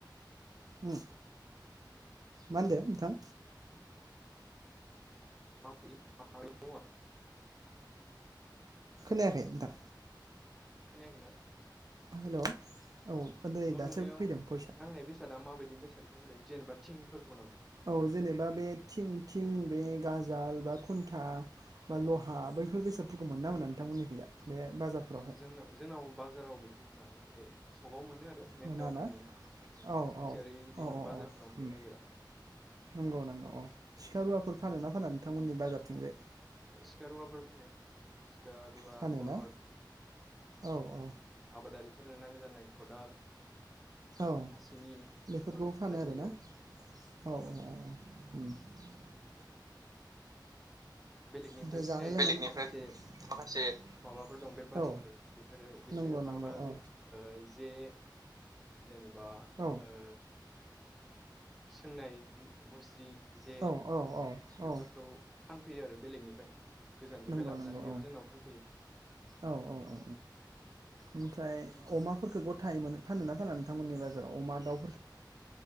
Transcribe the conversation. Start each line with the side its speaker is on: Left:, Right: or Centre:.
Right: उम मा होनदो नोंथां
Centre: माब माब <unintelligible>
Right: खोनायाखै नोंथां
Centre: खोनायाखैना
Right: हेल' औ नै
Centre: न'
Right: दासो
Centre: लुनायाव
Right: फैदों भइसा।
Centre: नांनाय बेसादा माबायदि बेसादखौ होनदों जेनेबा थिंफोरखौ नामा
Right: औ जेनेबा बे थिं थिं बे गाजाल बा खुन्था बा लहा बैफोर बेसादफोरखौ मोनोना मोना नोंथांमोननिखैजा बे बाजारफोरावहाय?
Centre: जोंनाव जोंनाव बाजाराव बेखौ मोना नाथाय सकाव मोन आरो मइन
Right: मोना
Centre: टाउनाव
Right: ना?
Centre: मोनो
Right: औ
Centre: सानसेयारि
Right: औ
Centre: बिदि
Right: औ औ
Centre: बाजारफोराव
Right: औ
Centre: मोननो
Right: उम
Centre: नागिरा
Right: नंगौ नंगौ अ सिखा रुवाफोर फानोना फाना नोंथांमोननि बाजारथिंजाय
Centre: सिखा रुवाफोर फानो सिखा रुवा
Right: फानो
Centre: खरत
Right: ना? औ औ।
Centre: आबादारिफोरनो नांगौ जानाय खदाल
Right: औ
Centre: खासिनि
Right: बेफोरखौबो
Centre: बेफोरखौ
Right: फानो
Centre: फाननाय
Right: आरोना?
Centre: जायो आरो
Right: औ <inaudible>
Centre: बेलेगनिफ्राय
Right: ओमफ्राय
Centre: फैनाय
Right: जानाय लोंनाय
Centre: माखासे
Right: माखासे
Centre: माबाफोर दं बेफारिफोर
Right: औ
Centre: बेफोरो बिसोरो
Right: नंगौ नंगौ
Centre: मा-मा
Right: औ
Centre: जे जेनेबा
Right: औ
Centre: ओ सोंनाय मुस्रि जे
Right: औ औ औ
Centre: बेफोरखौ
Right: औ
Centre: फानफैयो आरो बेलेगनि फ्राय गोजाननिफ्राय
Right: नंगौ
Centre: लाबोनानै
Right: नंगौ
Centre: बेयाव
Right: औ
Centre: जोंनाव फानफैयो
Right: औ औ औ ओमफ्राय अमाफोरखौ गथायैनो फानोना फाना नोंथांमोननि बाजाराव अमा दाउ